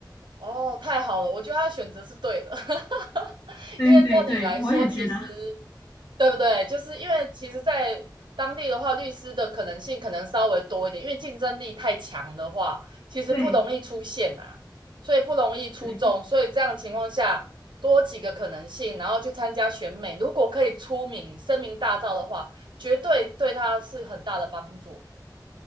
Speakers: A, on the right; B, on the left.
A: 哦，太好了，我觉得他选择是对的，<laughs>
B: 对对对，
A: 因为照你来说，
B: 我也觉得，
A: 其实对不对？就是因为其实，在当地的话，律师的可能性可能稍微多一点，因为竞争力太强的话，其实不容易出现啊，
B: 对
A: 所以不容易出众。
B: 对
A: 所以这样的情况下，多几个可能性，然后去参加选美，如果可以出名、声名大噪的话，绝对对他是很大的帮助。